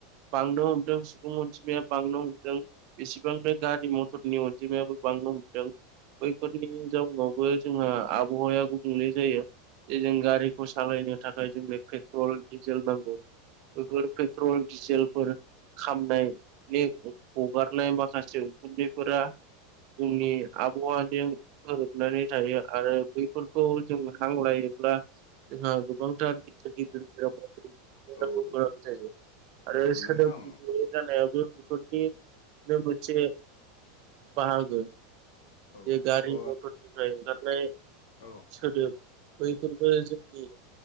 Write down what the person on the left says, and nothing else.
औ
अ
नोंथां
औ
अ
औ